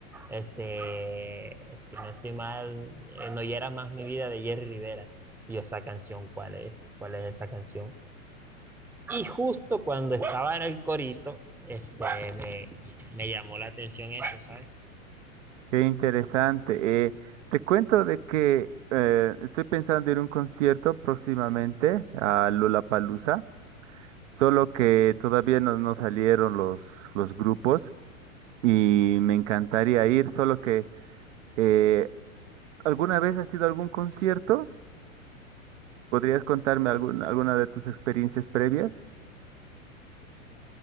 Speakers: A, in the centre; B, on the right.
A: Este, si no estoy mal, eh, No hiera más mi vida de Jerry Rivera. Y yo, esa canción, ¿cuál es? ¿Cuál es esa canción? Y justo cuando estaba en el corito, este, me, me llamó la atención eso, ¿sabes?
B: Qué interesante. Eh, te cuento de que eh, estoy pensando ir a un concierto próximamente a Lollapalooza, solo que todavía no, no salieron los, los grupos y me encantaría ir, solo que eh, ¿alguna vez has ido a algún concierto? ¿Podrías contarme alguna, alguna de tus experiencias previas?